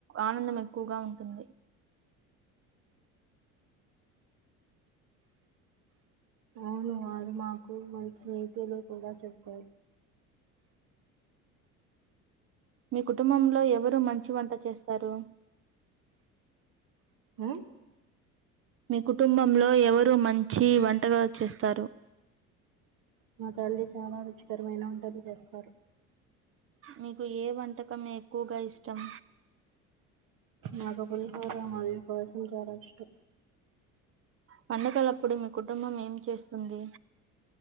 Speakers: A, on the right; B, on the right.
A: ఆనందం ఎక్కువగా ఉంటుంది.
B: అవును వారు మాకు మంచి తెలుగు కూడా చెప్తారు
A: మీ కుటుంబంలో ఎవరు మంచి వంట చేస్తారు?
B: ఆ
A: మీ కుటుంబంలో ఎవరు మంచి వంటగా చేస్తారు?
B: మా తల్లి చాలా రుచికరమైన వంటలు చేస్తారు.
A: నీకు ఏ వంటకమ్ ఎక్కువగా ఇష్టం?
B: నాకు పులిహోర మల్లి పెసర గారెలిస్టం.
A: పండగలప్పుడు మీ కుటుంబం ఏం చేస్తుంది?